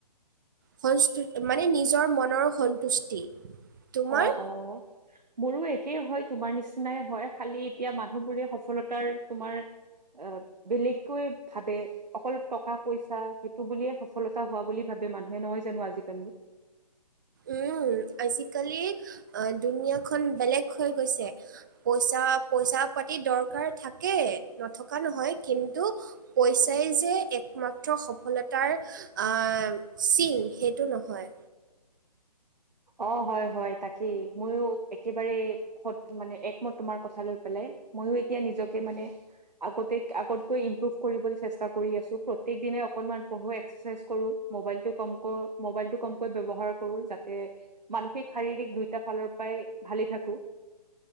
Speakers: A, on the right (about 30°); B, on the right (about 85°).
A: সন্তুষ্ট মানে নিজৰ মনৰ সন্তুষ্টি। তোমাৰ
B: অ অ। মোৰো একেই হয় তোমাৰ নিচিনাই হয় খালি এতিয়া মানুহবোৰে সফলতাৰ তোমাৰ অ' বেলেগকৈ ভাবে। অকল টকা পইচা সেইটো বুলিয়ে সফলতা হোৱা বুলি ভাবে মানুহে, নহয় জানো আজিকালি?
A: উম আজিকালি আ দুুনীয়াখনন বেলেগ হৈ গৈছে। পইচা পইচা পাতি দৰকাৰ থাকে নথকা নহয়, কিন্তু পইচাই যে একমাত্ৰ সফ সফলতাৰ আ চিন সেইটো নহয়।
B: অ', 'হয় 'হয়' তাকেই ময়ো একেবাৰে সত মানে একমত তোমাৰ কথা লৈ পেলাই, মইও এতিয়া নিজকে মানে আগতে আগতকৈ ইমপ্ৰুভ কৰিবলে চেষ্টা কৰি আছো, প্ৰত্যেক দিনাই অকণমান পঢ়ো এক্সাৰচাইজ কৰোঁ। মোবাইলটো কমক মোবাইলটো কমকৈ ব্যৱহাৰ কৰো যাতে মানসিক, শাৰীৰিক দুইটা ফালৰ পৰাই ভালে থাকো।